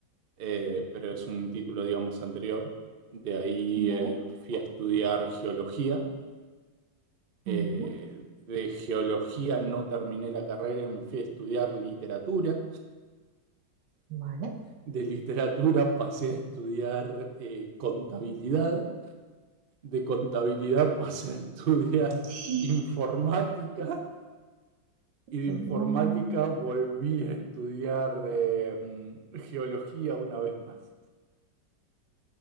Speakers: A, on the right; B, on the right.
A: eh, pero es un título, digamos, anterior. De ahí
B: Vale.
A: eh, fui a estudiar geología. Eh,
B: Mm,
A: de geología no terminé la carrera y me fui a estudiar literatura.
B: Vale.
A: de literatura pasé a estudiar eh, contabilidad, de contabilidad <laughs> pasé a estudiar
B: Sí.
A: informática y de informática
B: Mm,
A: volví a estudiar eh, geología una vez más.